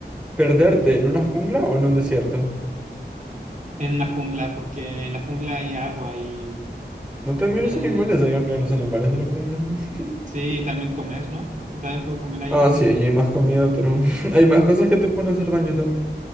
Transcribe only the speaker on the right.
en una jungla, porque en la jungla hay agua y
eh,
sí, también comer, ¿no? Yo también puedo comer ahí,
¿no?